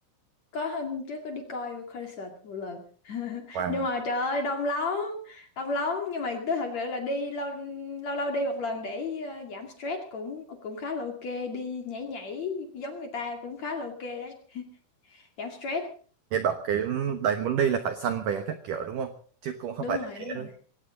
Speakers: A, on the left; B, on the right.
A: có hôm trước có đi coi concert một lần <laughs>
B: Wow
A: nhưng mà trời ơi đông lắm đông lắm nhưng mà tôi thật sự là đi lâu lâu lâu đi một lần để ờ, giảm stress cũng cũng khá là ok đi nhảy nhảy giống người ta cũng khá là ok đấy giảm stress
B: nghe bảo cái đấy muốn đi là phải săn vé các kiểu đúng không chứ cũng không
A: đúng
B: phải
A: rồi
B: dễ
A: đúng
B: đâu.
A: rồi